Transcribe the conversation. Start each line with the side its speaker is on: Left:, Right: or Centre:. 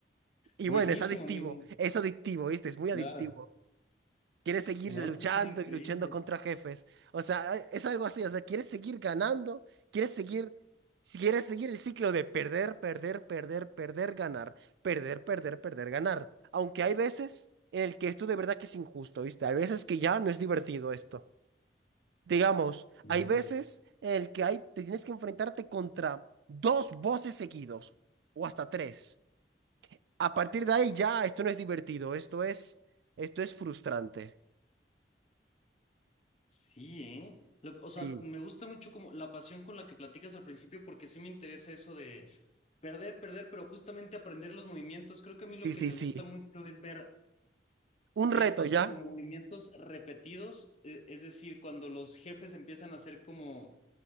Right: Y
Left: Buenísimo,
Right: bueno, es adictivo,
Left: amigo.
Right: es adictivo, ¿viste? Es muy adictivo.
Left: Claro.
Right: Quieres seguir
Left: Wow,
Right: luchando
Left: sí suena increíble.
Right: y luchando contra jefes. O sea, e, es algo así. O sea, quieres seguir ganando, quieres seguir, si quieres seguir el ciclo de perder, perder, perder, perder, ganar, perder, perder, perder, ganar. Aunque hay veces en el que esto de verdad que es injusto, ¿viste? Hay veces que ya no es divertido esto. Digamos,
Left: Hombre.
Right: hay veces en el que hay, te tienes que enfrentarte contra dos voces seguidos o hasta tres. A partir de ahí ya esto no es divertido, esto es, esto es frustrante.
Left: Sí, ¿eh? Lo- o sea,
Right: Sí.
Left: me gusta mucho como la pasión con la que platicas al principio porque sí me interesa eso de perder, perder, pero justamente aprender los movimientos. Creo que
Right: Sí,
Left: a mí lo que
Right: sí,
Left: me
Right: sí.
Left: gusta mucho es ver
Right: Un
Left: estos
Right: reto ya.
Left: como movimientos repetidos, e- es decir, cuando los jefes empiezan a hacer como